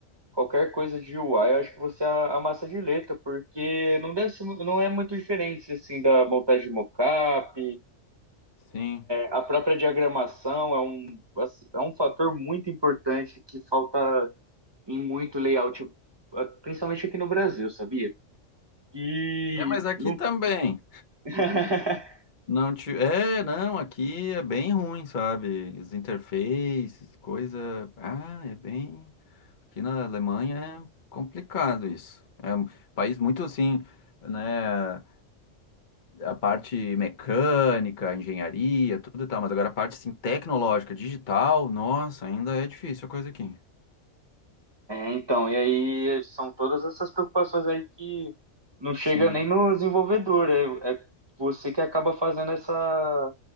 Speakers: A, on the right (about 20°); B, on the left (about 40°).
A: qualquer coisa de UI, eu acho que você a- amassa de letra, porque não deve ser, mu- não é muito diferente assim da montagem de mockup,
B: Sim.
A: A própria diagramação é um, é um fator muito importante que falta em muito layout, principalmente aqui no Brasil, sabia? E
B: É, mas aqui
A: não...
B: também.
A: <laughs>
B: Não te... É, não, aqui é bem ruim, sabe? As interfaces, coisa. Ah, é bem. Aqui na Alemanha é complicado isso. É um país muito assim, né? A parte mecânica, engenharia, tudo e tal, mas agora a parte assim, tecnológica, digital, nossa, ainda é difícil a coisa aqui.
A: É, então, e aí são todas essas preocupações aí que não chega
B: Sim,
A: nem no desenvolvedor, é, é você que acaba fazendo essa,